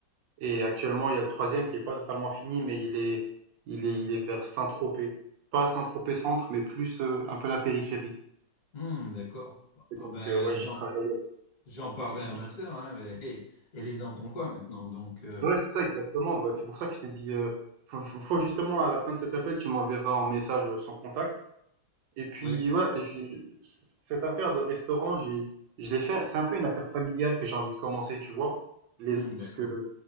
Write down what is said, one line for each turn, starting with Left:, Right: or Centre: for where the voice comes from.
Right: et actuellement, il y a le troisième qui est pas totalement fini, mais il est, il est, il est vers Saint-Tropez. Pas Saint-Tropez centre, mais plus euh, un peu la périphérie.
Left: hmm, d'accord.
Right: Et
Left: Ah
Right: donc,
Left: ben,
Right: euh, ouais,
Left: j'en,
Right: j'y travaille.
Left: j'en parlerai
Right: j'y-
Left: à
Right: j'y-
Left: ma sœur, hein, mais <laughs> elle est dans ton coin maintenant, donc
Right: Ouais, c'est ça, exactement. Bah, c'est pour ça que je t'ai dit, euh, faut, faut- faut justement, à la fin de cet appel, tu m'enverras un message euh, sans contact. Et puis,
Left: oui,
Right: ouais, j'ai cette affaire de restaurant, j'ai, je l'ai fait. C'est un peu une affaire familiale que j'ai envie de commencer, tu vois. Les,
Left: d'accord.
Right: parce que